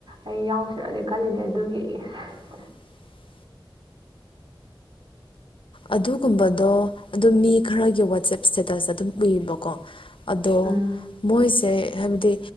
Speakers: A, on the right (about 70°); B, on the left (about 80°).
A: ꯑꯩ ꯌꯥꯎꯁꯤꯔꯛꯂꯦ ꯈꯜꯂꯤꯅꯦ ꯑꯗꯨꯒꯤ <inaudible> <unintelligible>
B: <inaudible> <unintelligible> ꯑꯗꯨꯒꯨꯝꯕꯗꯣ ꯑꯗꯨꯝ ꯃꯤ ꯈꯔꯒꯤ ꯋꯥꯆꯦꯞ ꯏꯁꯇꯦꯇꯁ ꯑꯗꯨꯝ ꯎꯏꯕꯀꯣ ꯑꯗꯣ
A: ꯎꯝ
B: ꯃꯣꯏꯁꯦ ꯍꯥꯏꯕꯗꯤ